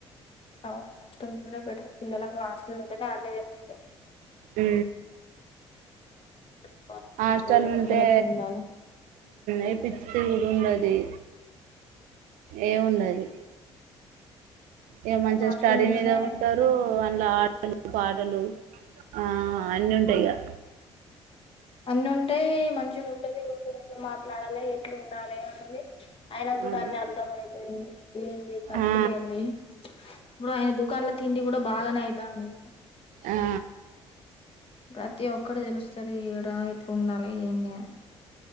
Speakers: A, on the left; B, on the right.
A: అవును హాస్టల్ ఉంటేనే బెటర్ పిల్లలకు హాస్టల్ ఉంటేనే అన్నీ తెలుస్తాయి
B: ఉ
A: తెలుస్తాయి
B: హాస్టల్
A: ఎవరితోని
B: ఉంటే
A: ఎట్లా ఉండాలి
B: ఏ పిచ్చి కూడా ఉండది ఏ ఉండది ఏ మంచిగా
A: హాస్టల్
B: స్టడీ
A: ఉంటేనే
B: మీద ఉంటారు అన్ల ఆ పా పాటలు ఆ అన్ని ఉంటాయి ఇగ
A: అన్ని ఉంటాయి మంచిగా ఉంటాయి ఎవరితో ఎట్లా మాట్లాడాలి ఎట్లా ఉండాలి అన్నది అయినా
B: ఆ,
A: కూడా అన్ని అర్థంమయితది ఏంది ఖర్చులే
B: ఆ,
A: ఏంది ఇప్పుడు ఆయన దుకాన్ల తిండి కూడా బాగానే అవుతంది
B: ఆ
A: ప్రతి ఒక్కరు తెలుస్తుంది ఈడ ఇట్లు ఉండాలి ఏంది అని